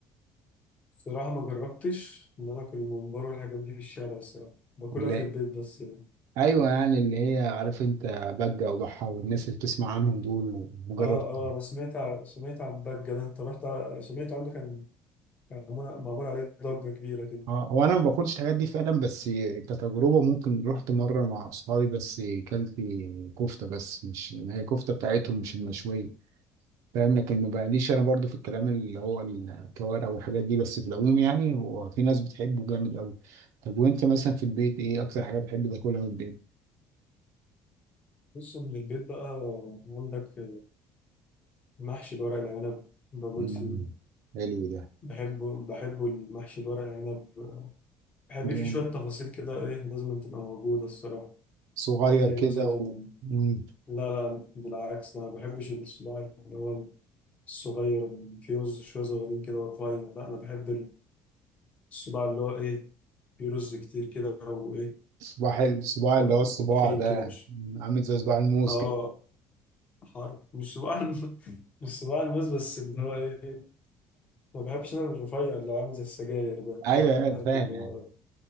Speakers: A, on the left (about 25°); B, on the right (about 65°).
A: الصراحه ما جربتش ان انا اكل ممبار والحاجات دي في الشارع الصراحه باكلها
B: لا
A: في البيت بس يعني.
B: ايوه يعني اللي هي عارف انت بجه وضحى والناس اللي بتسمع عنهم دول وجربت
A: اه اه انا سمعت ع- سمعت عن ضجة ده انت رحت ع- سمعت عنه كان كان معمول معمول عليه ضجة كبيرة كده
B: اه هو انا ما باكلش الحاجات دي فعلا بس كتجربه ممكن رحت مره مع اصحابي بس كلت كفته بس مش ما هي كفته بتاعتهم مش المشويه فاهم لكن ما بقاليش انا برضو في الكلام اللي هو الكوارع والحاجات دي بس في العموم يعني هو في ناس بتحبه جامد قوي طب وانت مثلا في البيت ايه اكتر حاجه بتحب تاكلها من البيت؟
A: بص من البيت بقى عندك محشي الورق العنب بموت
B: امم
A: فيه
B: حلو ده
A: بحبه بحبه المحشي الورق العنب بحب
B: جامد
A: فيه شوية تفاصيل كده ايه لازم تبقى موجودة الصراحة
B: صغير
A: زي
B: كده
A: مثلا
B: و مم.
A: لا لا بالعكس ده انا ما بحبش الصباع اللي هو الصغير اللي فيه رز شوية صغيرين كده ورفيع لا انا بحب الصباع اللي هو ايه فيه رز كتير كده وايه
B: صباع الصباع
A: وتخين
B: اللي هو الصباع ده
A: كده
B: يعني.
A: مش
B: مم. عامل زي صباع الموز
A: اه
B: كده
A: حرب مش صباع الم- <laughs> مش صباع الموز بس اللي هو ايه ما بحبش انا الرفيع اللي عامل زي السجاير ده
B: ايوه
A: لا
B: ايوه
A: بحب
B: فاهم
A: اللي
B: يعني
A: هو